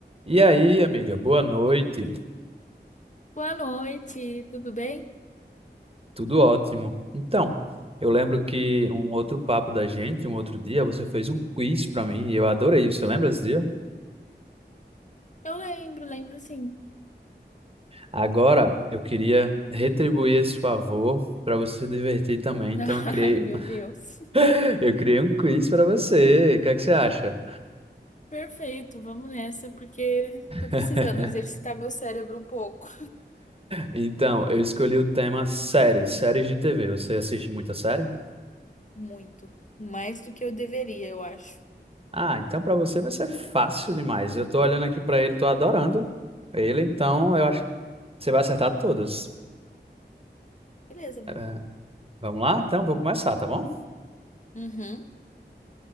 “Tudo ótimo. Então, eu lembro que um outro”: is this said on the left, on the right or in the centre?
Right